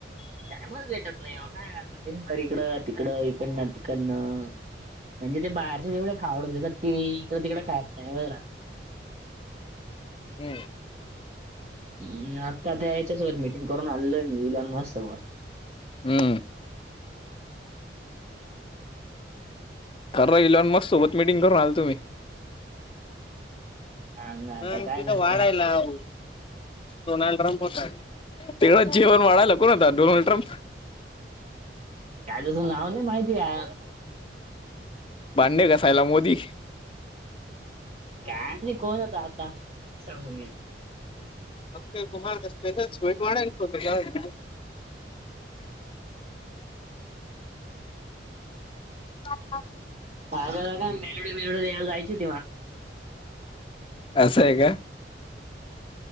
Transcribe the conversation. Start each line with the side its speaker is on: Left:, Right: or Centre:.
Right: टाईमच भेटत नाही, काय आता दिनभर तिकडं इकडन तिकडनं
Left: <inaudible>
Right: म्हणजे ते बाहेरचे तेवढे खाऊडून देतात की, इकडे तिकडे खायला टाईमच राहत
Left: हम्म.
Right: हम्म्म, आता त्या याच्यासोबत मिटिंग करून आललोय मी इलॉन मस्त सोबत.
Left: हम्म.
Right: ह <unintelligible>
Left: खरं ईलॉन मस्स सोबत मिटिंग करून आलतो मी.
Right: सांग आता
Left: ह
Right: काय
Left: तिथं
Right: करतात.
Left: वाडाय लाव. डोनाल्ड ट्रम्प होता, तेना जेवण वाडायला कोण होता, डोनाल्ड ट्रम्प.
Right: काय तसं नाव नाही माहिती यार.
Left: भांडे गासायला मोदी.
Right: कायली कोण होता आता,, सांगून येल
Left: अक बुहाार स्पेशल स्वीट वाढायला होते काय. ह <unintelligible>
Right: जा का मेलोड मेलड यायला <unintelligible>
Left: असय का.